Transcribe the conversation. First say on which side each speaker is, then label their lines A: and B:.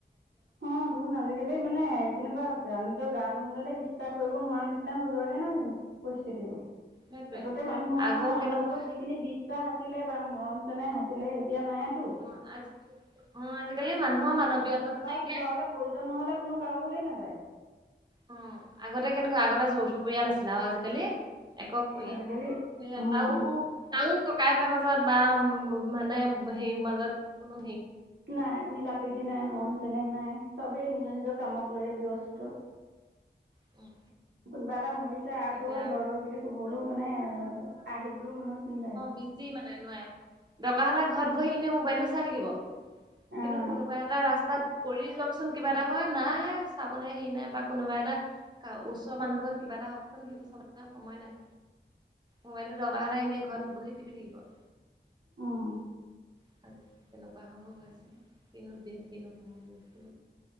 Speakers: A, on the right; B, on the right.
A: অ তোন আজিকালি মানে কেনেকুৱা হৈছে আ নিজৰ গা লোমডালে বিশ্বাস কৰিব নোৱাৰা নিচিনা হৈ যোৱাগে নহয় জানো! পৰিস্থিতিবোৰ
B: সেইটোৱে
A: আগতে মানুহৰ
B: আগৰ
A: মানে মানুহৰ
B: কেনেকুৱা
A: ওপৰত যিখিনি বিশ্বাস আছিলে মৰম চেনেহ আছিলে এতিয়া নাইতো
B: অ আজি অ আজিকালি মানুহৰ মানৱীয়তা নাই।
A: সি ঘৰলে প্ৰয়োজন নহলে কোনো কাৰো ঘলে নাযায়৷
B: অ আগতে কেনেকুৱা আগতে যৌথ পৰিয়াল আছিলে আৰু আজিকালি একক পৰিয়াল
A: আজিকালি
B: সে
A: উম।
B: তাও তাও ককাই ভাই বা উ মানে সেই মাজত কোনো
A: নাই মিলা প্ৰীতি নাই মৰম চেনেহ নাই চবেই নিজৰ নিজ নিজৰ কামক লৈয়ে ব্যস্ত
B: উম,
A: কোনোবা এটা মৰিছে আহ
B: এতিয়া
A: হৈ ধৰ ধৰ বুলি কবলৈও মানে আহিবলৈও মানুহ চিন্তা হে
B: বিজী মানে নোৱাৰে দকা ঘৰত বহি এনে মোবাইল টো চাই থাকিব
A: অহ,
B: কিন্তু কোনোবাই এটা ৰাস্তাত কৰি যাওকচোন কিবা এটা হয় নাই চাবলৈ হেৰি নাই বা কোনোবা এটা ওচৰ মানুহ ঘৰত কিবা এটা হওকচোন সেইবোৰ চাবলে তাৰ সময় নাই মোবাইলটো দৰকাৰ হ'লে এনেই ঘৰত বহি টিপি থাকিব৷
A: উম
B: হয় তেনেকুৱা <unintelligible> আছে কিনো দিন কিনো সহ গৈছো